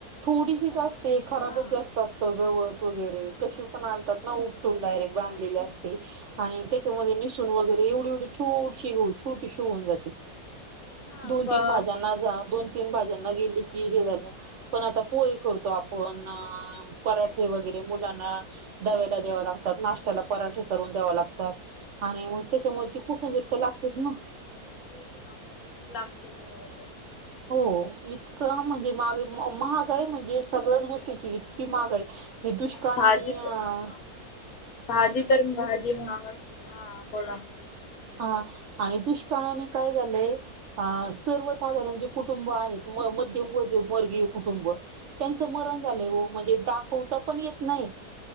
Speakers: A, on the right; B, on the left.
A: थोडीशी
B: ती पण
A: जास्तय,,
B: किती
A: खराबच
B: हा
A: जास्त असत जवळ. वगैरे, कशीपण आणतात ना उपटून डायरेक्ट बांधलेले असते. आणि त्याच्यामध्ये निसून वगैरेऽऽ एवढी एवढी छोटऽऽशी,, छोटीशी होऊन जाते.
B: तेच ना
A: दोन,
B: तेच
A: तीन भाज्यांना. जा दोन, तीन भाज्यांना गेली की हे झालेऽऽ पण आता पोहे करतो आपण, ऽऽ पराठे वगैरे मुलांना दब्याला द्यावा लागतो. नाश्याला पराठे करून द्याव लागतात,, आणि मग त्याच्यामुळे ती कोथिंबीर तर लागतेच ना.
B: <inaudible>
A: हो, इतकं म्हणजे मागे ऽऽमहागाय म्हणजे सगळ्याच गोष्टी इतक्या कि मागय हे दुष्काळनी
B: भाजीत हा
A: अं
B: भाजी तर भाजी हा बोला.
A: ह, आणि दुष्काळाने काय झालेय सर्वसाधारण अंज कुुटुंब आहेत म मध्यम वर्गीय कुटुंब त्यांच मरण झालंय ओ म्हणजे दाखव. त पण येत नाही.